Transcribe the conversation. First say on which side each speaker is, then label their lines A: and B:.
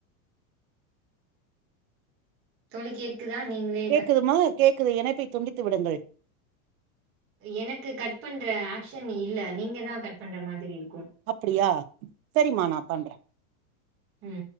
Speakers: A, on the right; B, on the right.
A: தோழி கேக் குதா நீங்ளே
B: கேக்குதுமா கேக்குது இணைப்பை துண்டித்து விடுங்கள்
A: எனக்கு கட் பண்ற ஆப்சன் இல்ல நீங்க தா கட் பண்ற மாதிரி இருக்கும்
B: அப்படியா சரிமா நா பண்றே
A: உம்